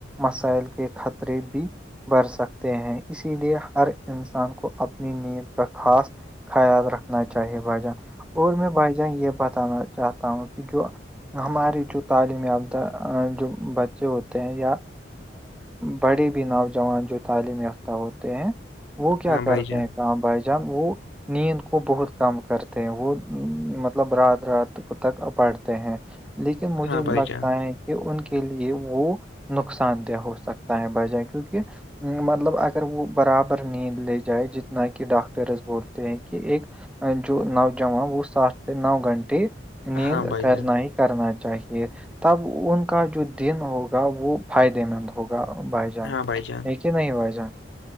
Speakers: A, in the centre; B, on the left.
A: مسائل کے خطرے بھی بڑھ سکتے ہیں اسی لیے ہر انسان کو اپنی نیند کا خاص خیال رکھنا چاہیے بھائی جان اور میں بھائی جان یہ بتانا چاہتا ہوں کہ جو ہماری جو تعلیم یافتہ جو بچے ہوتے ہیں یا بڑے بھی نوجوان جو تعلیم یافتہ ہوتے ہیں وہ کیا
B: ہاں
A: کرتے
B: بھائی جان
A: ہیں کہاں بھائی جان وہ نیند کو بہت کم کرتے ہیں وہ مطلب رات رات تک پڑھتے ہیں لیکن مجھے
B: ہاں بھائی
A: لگتا
B: جان
A: ہے کہ ان کے لیے وہ نقصان دہ ہو سکتا ہے بجائے کیونکہ مطلب اگر وہ برابر نیند لے جائے جتنا کہ ڈاکٹرز بولتے ہیں کہ ایک جو نوجوان وہ سات سے نو گھنٹے نیند
B: ہاں بھائی
A: کرنا
B: جان
A: ہی کرنا چاہیے تب ان کا جو دن ہوگا وہ فائدے مند ہوگا بھائی جان
B: ہاں بائی چانس
A: ہے کہ نہیں بشا